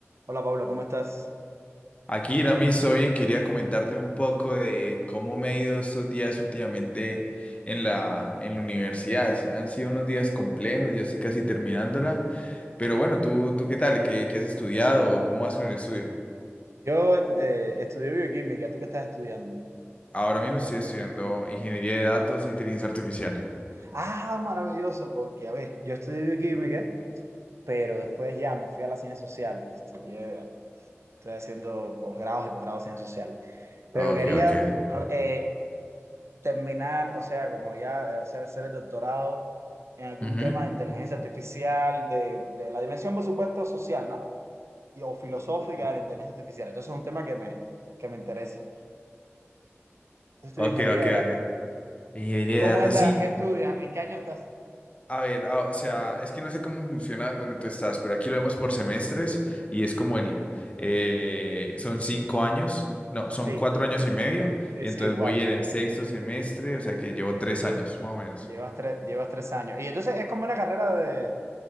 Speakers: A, on the right; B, on the left.
A: Hola Pablo, ¿cómo estás?
B: Akira, me hizo bien. Quería comentarte un poco de cómo me ha ido estos días últimamente en la, en la universidad. Sí, Han sido unos días complejos, ya estoy casi terminándola. Pero bueno, ¿tú, tú qué tal? ¿Qué, qué has estudiado? ¿Cómo vas con el estudio?
A: Yo eh, estudié bioquímica, ¿tú qué estás estudiando?
B: Ahora mismo estoy estudiando ingeniería de datos e inteligencia artificial.
A: Ah, maravilloso, porque a ver, yo estudié bioquímica, pero después ya me fui a las ciencias sociales, estudié, estoy haciendo posgrados y posgrados en ciencias sociales, pero
B: Ok,
A: quería
B: ok.
A: eh, terminar, o sea, como ya eh, hacer, hacer el doctorado en algún
B: Ujú.
A: tema de inteligencia artificial, de, de la dimensión, por supuesto, social, ¿no? Y, o filosófica de la inteligencia artificial. Entonces es un tema que me, que me interesa. Entonces estudio
B: Ok,
A: ingeniería
B: ok,
A: de datos.
B: ok. Ingeniería
A: ¿Y cómo
B: de datos,
A: es la,
B: sí.
A: qué estudias? ¿En qué año estás?
B: A ver, ah, o sea, es que no sé cómo funciona donde tú estás, pero aquí lo vemos por semestres y es como el, eh, son cinco años, no, son
A: Sí,
B: cuatro años y medio,
A: Sí,
B: y
A: sí,
B: entonces
A: igual.
B: voy en el sexto semestre, o sea que llevo tres años, más o menos.
A: Llevas tres, llevas tres años. Y entonces es como una carrera de,